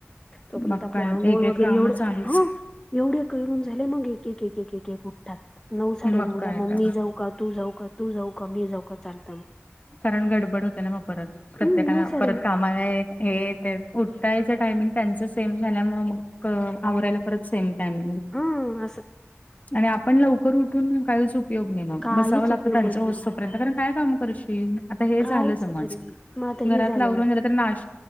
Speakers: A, on the left; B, on the left.
A: तोपर्यंत
B: मग
A: आपले
B: काय
A: आंघोळ
B: एक एक
A: वगैरे
B: काम
A: एवढ
B: चालूच
A: ह एवढे करुन झाले मग एक एक एक एक एक एक ऊठतात नऊ साडे
B: मग
A: नऊ
B: काय
A: ला मी
B: तर
A: जाऊ का तू जाऊ का तू जाऊ का मी जाऊ का चालत म.
B: कारण गडबड होतिया ना मग परत प्रत्येकाला
A: हम् नऊ साडे
B: परत
A: नऊ
B: कामाला हायत. हे ते उठटायचं टायमिंग त्यांच सेम झाल्यामुळ मग आवरायला परत सेम टाईम
A: हा असं
B: आणि आपण लवकर उठून काहीच उप योग नाही मग,
A: काहीच
B: बसावं लागतं
A: उपयोग
B: त्यांचं
A: होत
B: होस्तो
A: नाही
B: तोपर्यंत कारण काम कर शील, आता हे
A: काहीच
B: झालं समज
A: तरी मग आता हे
B: घरात
A: झालेलं
B: लावरून
A: आहे
B: झालं तर नाश